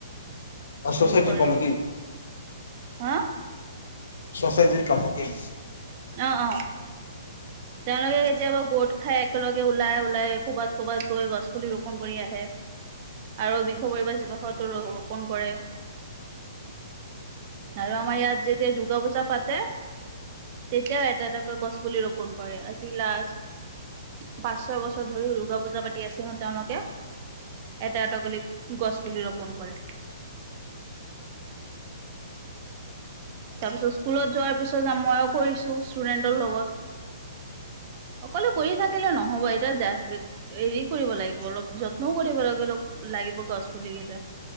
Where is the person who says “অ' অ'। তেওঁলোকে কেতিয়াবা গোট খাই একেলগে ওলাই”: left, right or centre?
Right